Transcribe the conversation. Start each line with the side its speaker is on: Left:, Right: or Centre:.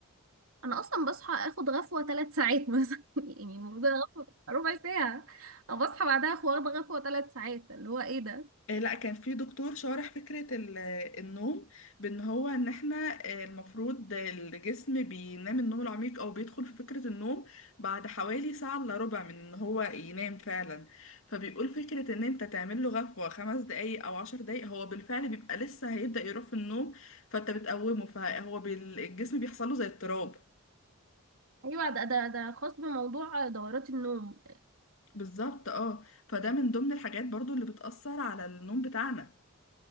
Right: انا اصلا بصحى اخد غفوه ثلاث ساعات مثلا <laughs> يعني المفروض غفوه ربع ساعه انا بصحى بعدها اخد واخده غفوه ثلاث ساعات اللي هو ايه ده
Left: آه، لا كان في دكتور شارح فكرة ال- النوم بان هو ان احنا آه، المفروض الجسم بينام النوم العميق او بيدخل في فكرة النوم بعد حوالي ساعة الا ربع من ان هو ينام فعلا فبيقول فكرة ان انت تعمل له غفوة خمس دقايق او عشر دقايق هو بالفعل بيبقى لسه هيبدأ يروح في النوم فانت بتقومه فهو بال- الجسم بيحصل له زي اضطراب
Right: ايوه ده ده ده خاص بموضوع دورات النوم
Left: بالظبط اه فده من ضمن الحاجات برضو اللي بتأثر على النوم بتاعنا